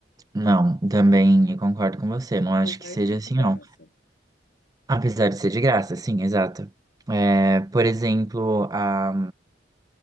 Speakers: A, on the right (about 20°); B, on the left (about 80°).
A: Não, também eu concordo com você. Não
B: apesar
A: acho que seja
B: de ser
A: assim,
B: de graça.
A: não. Apesar de ser de graça, sim, exato. É, por exemplo, a